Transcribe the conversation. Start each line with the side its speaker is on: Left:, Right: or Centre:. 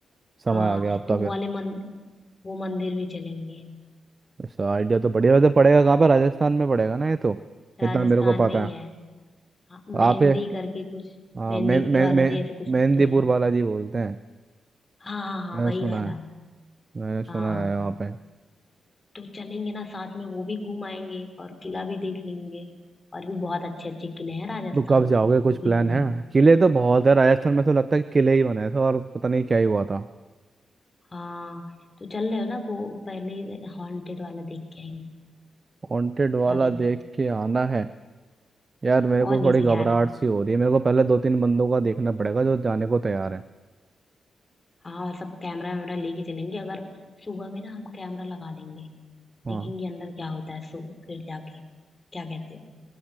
Right: समय
Left: हाँ
Right: आ गया आपका
Left: तो वो
Right: फिर
Left: वाले मन वो मंदिर भी चलेंगे
Right: ऐसा आइडिया तो बढ़िया वैसे पड़ेगा कहाँ पे राजस्थान में पड़ेगा ना ये तो
Left: राजस्थान
Right: इतना मेरे को पता
Left: में ही
Right: है
Left: है हाँ, मेहंदी
Right: आप ये
Left: करके कुछ
Right: हाँ,
Left: मेहंदी
Right: मे मे
Left: वाला
Right: मे
Left: जी ऐसे कुछ
Right: मेहंदीपुर
Left: तो है
Right: बालाजी बोलते हैं
Left: हाँ हाँ हाँ
Right: मैंने
Left: वही
Right: सुना
Left: वाला
Right: है मैंने
Left: हाँ
Right: सुना है वहाँ पे
Left: तो चलेंगे ना साथ में वो भी घूम आएंगे और किला भी देख लेंगे और भी बहुत अच्छे अच्छे किले हैं राजस्थान
Right: तो कब जाओगे
Left: में
Right: कुछ
Left: वो भी
Right: प्लान
Left: घूम
Right: है किले तो बहुत है राजस्थान में तो लगता है कि किले ही बनाए थे और पता नहीं क्या ही हुआ था
Left: हाँ तो चल रहे हो ना वो पहले हॉन्टेड वाला देख के आएंगे
Right: वांटेड वाला
Left: क्या कहते
Right: देख
Left: हो
Right: के आना है यार मेरे
Left: और
Right: को
Left: नहीं
Right: थोड़ी
Left: तो
Right: घबराहट
Left: यार
Right: सी हो रही है मेरे को पहले दो तीन बंदों का देखना पड़ेगा जो जाने को तैयार है
Left: हाँ और सब कैमरा वैमरा लेके चलेंगे अगर सुबह में ना हम कैमरा लगा देंगे
Right: हाँ
Left: देखेंगे अंदर क्या होता है सो फिर जाके क्या कहते हो